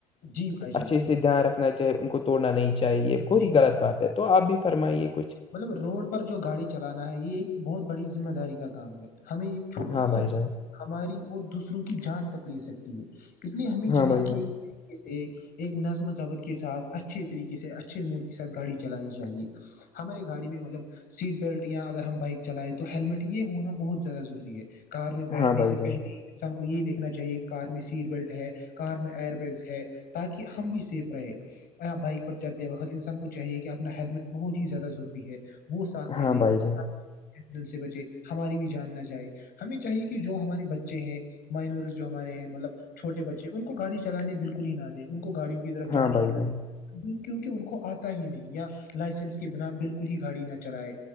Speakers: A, on the left; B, on the left.
A: جی بھائی جان
B: اچھے
A: بالکل
B: سے دھیان
A: صحیح،
B: رکھنا چاہیے ان کو توڑنا نہیں چاہیے بت
A: جی
B: ہی غلط
A: بھائی
B: بات ہے تو آپ بھی فرمائیے
A: جی بھائی
B: کچھ
A: مطلب روڈ پر جو گاڑی چلانا ہے یہ ایک بہت بڑی ذمہ داری کا کام ہے ہمیں ایک چھوٹی
B: ہاں بھائی
A: سی
B: جان
A: لڑ ہماری اور دوسروں کی جان تک لے سکتی ہے اس لیے ہمیں
B: ہاں
A: چاہیے
B: بھائی جان
A: کہ ایک ایک نظم ضبط کے ساتھ اچھے طریقے سے اچھے موڑ کے ساتھ گاڑی چلانی چاہیے ہمارے گاڑی میں مطلب سیٹ بیلٹ یا اگر ہم بائک چلائیں تو ہیللمٹ یہ ہونا بہت زیادہضوری ہے کار میں بیٹھنے
B: ہاں بھائی
A: سے
B: جان
A: پہنی انسان کو یہی دیکھنا چاہیے کہ کار میں سیٹ بیلٹ ہے کار میں ایئر بیگس ہے تاکہ ہم بھی سیف رہےپ بائک پر چلتے وقت انسان کو چاہیے کہ آپ اپنا ہیلمٹ بہت ہی زیادہ ضروری ہے وہ ساتھ میں
B: ہاں
A: لے ایکسیڈنٹ
B: بھائی جان
A: سے بچے ہماری بھی جان نہ جائے ہمیں چاہیے کہ جو ہمارے بچے ہیں مائنرز جو ہمارے ہیں مطلب چھوے بچے ان کو گاڑی چلان بالکل نہ دیں ان کو گاڑی کو کی طرف
B: ہاں
A: جانانی
B: بھائی
A: ہی نہ
B: جان
A: ج کیونکہ ان کو آتا ہی نہیں یا لائسنس کے بنا بالکل ہی گاڑی نہ چلائے